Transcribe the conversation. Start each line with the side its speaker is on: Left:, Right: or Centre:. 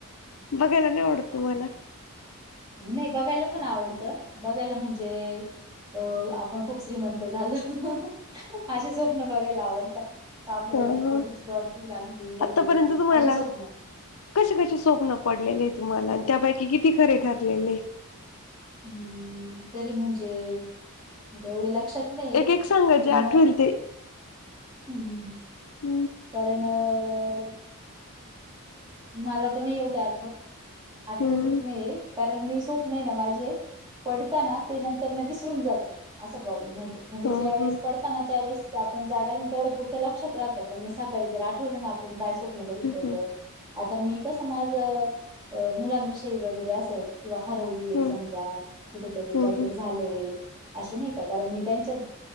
Left: बघांयला नांय आवडतं तुम्हांले
Right: नाहीं बघांयला पणं आवडतं बघांयला म्हणजे अं आपणं खूंप श्रीमंत झालो हो असे स्वप्नं बघांयला आवडतांत आपल्यांला
Left: ह
Right: एक
Left: ह
Right: कोटीची लॉटरी लागली वगैरें
Left: आतापर्यंत तुम्हाला
Right: असे स्वप्नं
Left: कसे कसे स्वप्न पडलेले तुम्हांला त्यांपैकी किती खरे ठरलेले
Right: हम्मं तरी म्हणजे आंता एवढे लक्षांत नाहींय
Left: एक एक सांगा
Right: पं
Left: जे आठवेल
Right: मंग
Left: ते
Right: हम्मं हं
Left: ह
Right: कारणं अं मलां तरं नाहीं एवढे आठवतं आठवतं
Left: ह
Right: चं नाहीं कारणं मी स्वप्नं नाहीं नां माझे पडतांना ते नंतर विसरूंन जाते असां प्रॉब्लेम होतो म्हणजे
Left: ह ह
Right: ज्यां वेळेस पडं त्यांवेळेस आपणं जागां आली तेवढं पुरतं लक्षांत राहतं पणं मंग सकाळीं जरं आठवलं नां आपणं कायंत बघितलं होतं
Left: ह ह
Right: आंता मी कसं माझं मुलांविषयी वगैरें असं किं हरवली
Left: ह
Right: समजां कुठं तरी
Left: ह
Right: कांहींतरी झालं असं नाहीं कां कारणं मी त्यांच्या